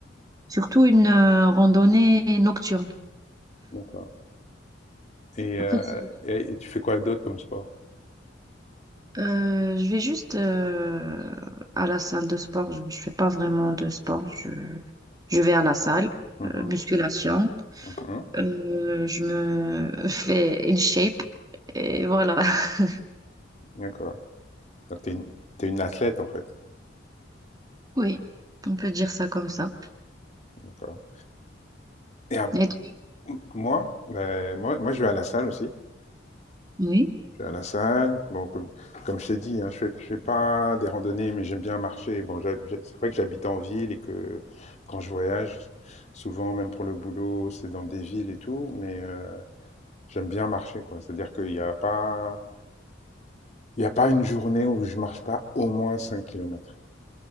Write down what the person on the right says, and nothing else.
Surtout une euh, randonnée nocturne.
Après, si-
euh, je vais juste euh, à la salle de sport. Je ne fais pas vraiment de sport. Je, je vais à la salle,
euh, musculation.
Euh, je me <laughs> fais in shape et voilà. <laughs>
Oui, on peut dire ça comme ça.
Et toi
Oui.